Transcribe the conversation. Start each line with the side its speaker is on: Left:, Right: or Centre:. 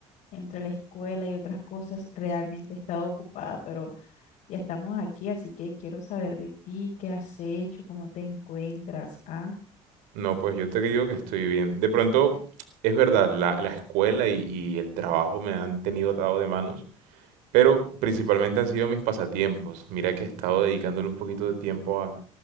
Left: entre la escuela y otras cosas, realmente he estado ocupada, pero ya estamos aquí, así que quiero saber de ti, qué has hecho, cómo te encuentras, ¿ah?
Right: No, pues yo te digo que estoy bien. De pronto, es verdad, la, la escuela y, y el trabajo me han tenido atado de manos, pero principalmente han sido mis pasatiempos. Mira que he estado dedicándole un poquito de tiempo a,